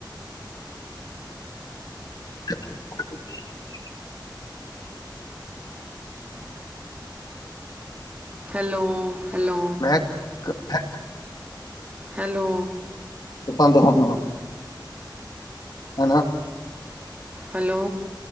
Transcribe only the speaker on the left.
<unintelligible>
ਮੈਂਹਾ <unintelligible>
ਤੇ ਬੰਦ ਹੋਣਾ। ਹੈਨਾ।